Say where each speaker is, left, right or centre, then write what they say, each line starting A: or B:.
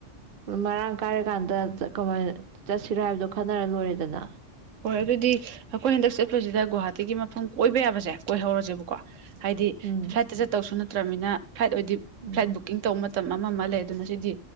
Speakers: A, on the right; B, on the right.
A: ꯃꯔꯥꯡ ꯀꯥꯏꯔꯀꯥꯟꯗ ꯀꯃꯥꯏꯅ ꯆꯠꯁꯤꯔꯥ ꯍꯥꯏꯕꯗꯣ ꯈꯟꯅꯔ ꯂꯣꯏꯔꯦꯗꯅ
B: ꯍꯣꯏ ꯑꯗꯨꯗꯤ ꯑꯩꯈꯣꯏ ꯍꯟꯗꯛ ꯆꯠꯄꯁꯤꯗ ꯒꯨꯍꯥꯇꯤꯒꯤ ꯃꯐꯝ ꯑꯣꯏꯕ ꯌꯥꯕꯁꯦ ꯀꯣꯏꯍꯧꯔꯁꯦꯕꯀꯣ ꯍꯥꯏꯗꯤ
A: ꯎꯝ
B: ꯐ꯭ꯂꯥꯏꯠꯇ ꯆꯠꯇꯧꯁꯨ ꯅꯠꯇ꯭ꯔꯕꯅꯤꯅ ꯐ꯭ꯂꯥꯏꯠ ꯑꯣꯏꯗꯤ
A: ꯎꯝ
B: ꯐ꯭ꯂꯥꯏꯠ ꯕꯨꯛꯀꯤꯡ ꯇꯧ <unintelligible> ꯑꯃ ꯑꯃ ꯂꯩ ꯑꯗꯨꯅ ꯁꯤꯗꯤ